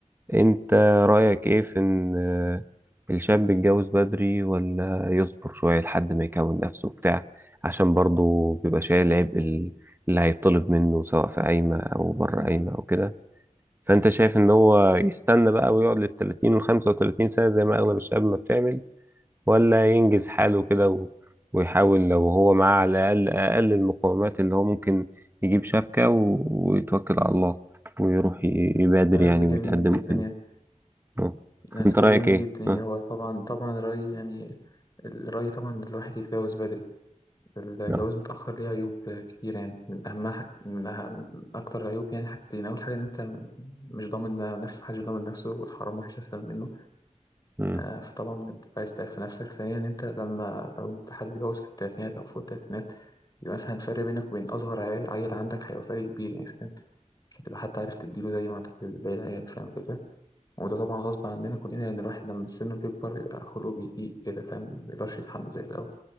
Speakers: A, on the right (about 15°); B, on the left (about 30°).
A: انت رأيك ايه في ان آه، الشاب يتجوز بدري ولا يصبر شوية لحد ما يكون نفسه بتاع عشان برضه بيبقى شايل عبء ال- اللي هيطلب منه سواء في قايمة او بره قايمة او كده فانت شايف ان هو يستنى بقى ويقعد للتلاتين والخمسة وتلاتين سنة زي ما اغلب الشباب ما بتعمل ولا ينجز حاله كده و- ويحاول لو هو معاه على الاقل اقل المقومات اللي هو ممكن يجيب شبكة و- ويتوكل على الله ويروح ي- يبادر
B: سؤال
A: يعني
B: جميل
A: ويتقدم
B: جدا
A: كده
B: يعني
A: آه.
B: ده سؤال
A: انت رأيك
B: جميل
A: ايه؟
B: جدا يعني
A: آه.
B: هو طبعا طبعا الرأي يعني الرأي طبعا إن الواحد يتجوز بدري الجواز
A: اه
B: متأخر ليه عيوب كتير يعني من أهمها حاجة من, أهم من أكتر العيوب يعني حاجتين أول حاجة إن أنت مش ضامن نفسك محدش ضامن نفسه والحرام مفيش أسهل منه
A: مم.
B: آه فطبعا أنت عايز تعرف نفسك ثانيا إن أنت لما لو أنت حد اتجوز في التلاتينات أو فوق التلاتينات يبقى مثلا الفرق بينك وبين أصغر عيل عيل عندك هيبقى فرق كبير يعني فاهم مش هتبقى حتى عارف تديله زي ما هتدي باقي العيال فاهم الفكرة وده طبعا غصب عننا كلنا لأن الواحد لما السن بيكبر بيبقى خلقه بيضيق كده فاهم مبيقدرش يتحمل زي الأول